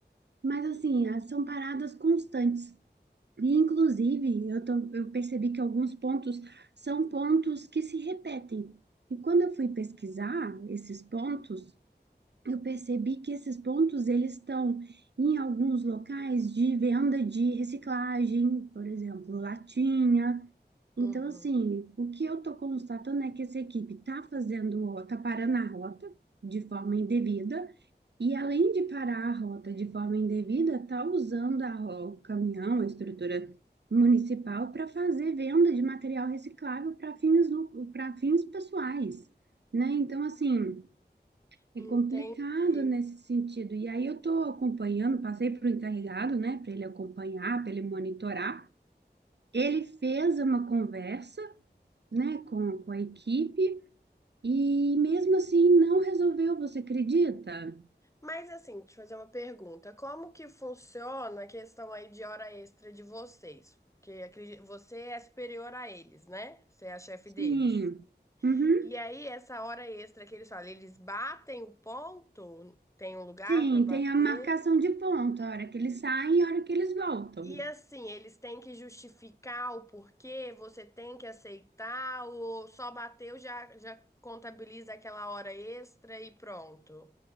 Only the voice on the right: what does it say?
mas assim, as- são paradas constantes. E, inclusive, eu, tô- eu percebi que alguns pontos são pontos que se repetem. E quando eu fui pesquisar esses pontos, eu percebi que esses pontos eles estão em alguns locais de venda de reciclagem, por exemplo, latinha.
Então, assim, o que eu estou constatando é que essa equipe está fazendo, está parando a rota de forma indevida e além de parar a rota de forma indevida, está usando a, ro- o caminhão, a estrutura municipal, para fazer venda de material reciclável para fins, para fins pessoais, né? Então, assim, é
complicado nesse sentido. E aí eu estou acompanhando, passei para o encarregado, né, para ele acompanhar, para ele monitorar. Ele fez uma conversa, né, com, com a equipe e mesmo assim não resolveu, você acredita?
Sim.
Uhum.
Sim,
tem a marcação de ponto, a hora que eles saem e a hora que eles voltam.